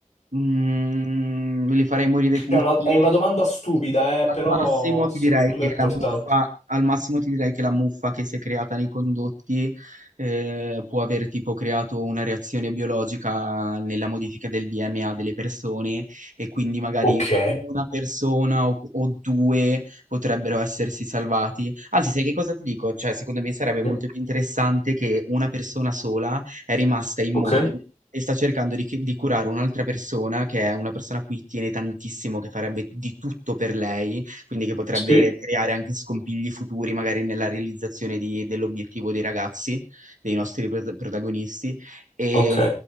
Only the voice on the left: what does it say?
Cioè, è una, è una domanda stupida, eh,
però
secondo
me è importante.
Ok.
Sì.
Ok.
Sì.
Ok.